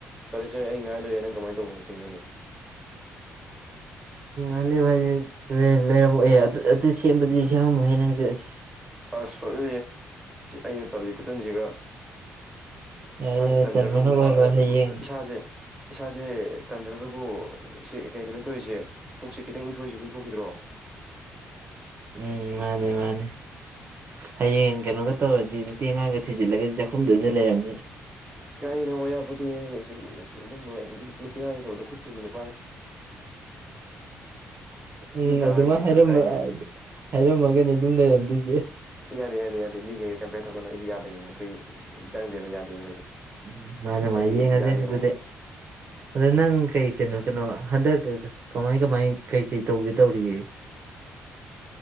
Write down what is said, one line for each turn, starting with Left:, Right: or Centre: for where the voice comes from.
Centre: ꯐꯔꯦ ꯑꯩ ꯉꯥꯏ ꯂꯩꯔꯦ ꯅꯪ ꯀꯃꯥꯏꯅ ꯇꯧꯕꯅꯣ ꯄꯅꯣꯅꯦ
Right: ꯑꯂꯕ ꯂꯩꯔꯝꯃ ꯑꯦꯦ ꯑꯗꯨ ꯑꯗꯨ ꯁꯦꯝꯕꯗꯤ ꯁꯦꯝꯃꯝꯃꯣꯏꯍꯦ ꯅꯪꯁꯨ ꯑꯁ
Centre: ꯑꯁ ꯐꯣꯠꯂ ꯑꯩꯅ ꯇꯜꯂꯤ ꯈꯨꯇꯟꯁꯤꯒ
Right: ꯌꯥꯔꯦ
Centre: ꯏꯁꯥꯁꯦ ꯇꯟꯗ꯭ꯔꯒꯕꯨ
Right: ꯇꯟꯕꯅ ꯑꯣꯏꯔꯣꯏ ꯍꯌꯦꯡ
Centre: ꯏꯁꯥꯁꯦ ꯏꯁꯥꯁꯦ ꯇꯟꯊ꯭ꯔꯒꯕꯨ ꯏ ꯀꯩ ꯀꯩꯅꯣ ꯇꯧꯔꯤꯁꯦ ꯄꯨꯛꯁꯦ ꯈꯤꯇꯪ ꯏꯟꯊꯣꯛꯏꯁꯨ ꯏꯟꯊꯣꯛꯈꯤꯗ꯭ꯔꯣ
Right: ꯎꯝ ꯃꯥꯅꯦ ꯃꯥꯅꯦ <unintelligible> ꯍꯌꯦꯡ
Centre: ꯑꯁ
Right: ꯀꯩꯅꯣꯒ ꯇꯧꯔꯗꯤ ꯅꯨꯄꯤ ꯑꯉꯥꯡꯒ ꯊꯤꯖꯤꯜꯂꯒꯗꯤ ꯆꯥꯛꯈꯨꯝꯗꯨ ꯑꯅ ꯂꯩꯔꯝꯅꯤ
Centre: ꯑ ꯀꯥꯏꯗꯦꯅꯛꯌꯥ ꯄꯣꯠꯇꯤ ꯑꯗꯨꯝꯕ ꯅꯨꯄꯤ ꯌꯥꯥꯡꯒꯤ ꯇꯕꯗ ꯈꯨꯠ ꯊꯤꯕꯅꯣ
Right: ꯎꯝ
Centre: ꯃꯤꯅ ꯇꯥꯔꯒ
Right: ꯑꯗꯨꯃ
Centre: ꯏꯖꯠ
Right: ꯍꯥꯏꯔ
Centre: ꯏꯖꯠ ꯇꯥꯏꯅꯦ
Right: ꯍꯥꯏꯔꯝꯃꯒꯅꯤ ꯑꯗꯨꯝ ꯂꯩꯔꯝꯃꯦ ꯑꯗꯨꯖꯦ
Centre: ꯌꯥꯗꯦ ꯌꯥꯦ ꯌꯥꯦ ꯃꯤꯒꯦ ꯀꯩꯄꯦꯣꯛꯒꯀꯣ ꯏꯗꯤ ꯌꯥꯗꯦꯕꯤꯅꯦ ꯑꯩꯈꯣꯏ ꯆꯪꯗꯦꯕ ꯌꯥꯗꯦꯕ ꯑꯩꯈꯣꯏꯗꯤ
Right: ꯎꯝ ꯃꯥꯅꯦ
Centre: ꯑꯩꯗꯤ
Right: ꯃꯥꯅꯦ ꯌꯦꯡꯉꯁꯦ
Centre: ꯌꯥꯗꯦꯀꯣ
Right: ꯑꯗꯨꯗꯤ ꯑꯗ ꯅꯪ ꯀꯩ ꯀꯩꯅꯣ ꯀꯩꯅꯣ ꯍꯟꯗꯛ ꯀꯃꯥꯏ ꯀꯃꯥꯏ ꯀꯩ ꯀꯩ ꯇꯧꯒꯦ ꯇꯧꯔꯤꯌꯦꯦ